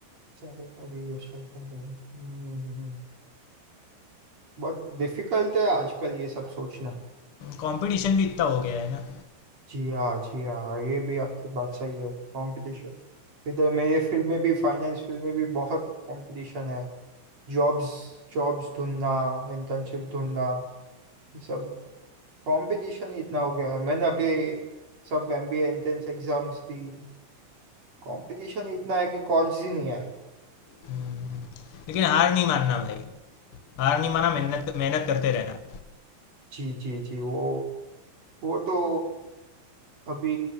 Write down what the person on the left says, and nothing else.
कंपटीशन भी इतना हो गया है ना
हम्म, लेकिन हार नहीं मानना भाई हार नहीं माना मेहनत मेहनत करते रहना